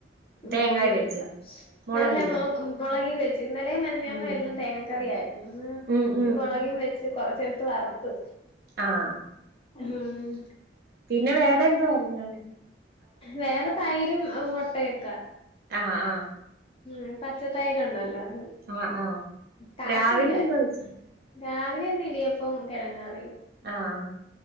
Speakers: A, on the right; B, on the left.
A: തേങ്ങായി
B: മൊളകി വെച്ച്.
A: വെച്ചോ മുളകില്ല
B: നല്ല മാ ഉം മൊളകി വെച്ചു. ഇന്നലേം മെനഞ്ഞാന്നും
A: ഉം
B: എല്ലാം തേങ്ങാക്കറിയായിരുന്നു.
A: ഉം ഉം
B: ഇന്ന് മൊളകി വെച്ച് കൊറച്ചെടുത്ത് വറുത്ത്.
A: ആഹ്
B: ഉം
A: പിന്നെ വേറെ എന്തുവാരുന്നു വേറെ?
B: വേറെ തൈരും മൊട്ടയൊക്കെ
A: ആഹ് ആഹ്
B: ഉം പച്ച തൈര് ഉണ്ടല്ലോ അത്.
A: ആഹ് ആഹ്
B: കാച്ചിയില്ല
A: രാവിലെ എന്താ വെച്ച്?
B: രാവിലെ ഇന്ന് ഇടിയപ്പം കിഴങ്ങാറി.
A: ആഹ്